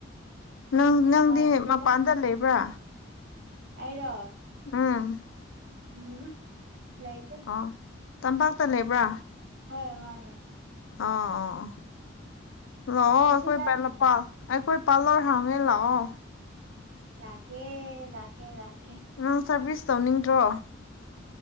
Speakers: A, on the left (about 80°); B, on the right (about 50°).
A: ꯅꯪ ꯅꯪꯗꯤ
B: ꯍꯥꯎꯇꯦꯗ
A: ꯃꯄꯥꯟꯗ ꯂꯩꯕ꯭ꯔꯥ꯫
B: ꯑꯩꯔꯣ
A: ꯎꯝ
B: ꯎꯝ ꯍꯨꯠ ꯂꯩꯇꯦ
A: ꯑꯣ ꯇꯝꯄꯥꯛꯇ ꯂꯩꯕ꯭ꯔꯥ꯫
B: ꯎꯝ ꯍꯣꯏ ꯃꯥꯅꯦ
A: ꯑꯥ ꯑꯥ ꯑꯣ ꯂꯥꯛꯑꯣ
B: ꯉꯁꯤ
A: ꯑꯩꯈꯣꯏ
B: ꯀꯥꯏ
A: ꯄꯥꯏ
B: ꯀꯥꯏ
A: ꯃꯄꯥ ꯑꯩꯈꯣꯏ ꯄꯥ ꯂꯣꯢ ꯍꯪꯉꯦ ꯂꯥꯛꯑꯣ
B: ꯂꯥꯛꯀꯦ ꯂꯥꯛꯀꯦ ꯂꯥꯛꯀꯦ
A: ꯅꯪ ꯁꯔꯚꯤꯁ ꯇꯧꯅꯤꯡꯗ꯭ꯔꯣ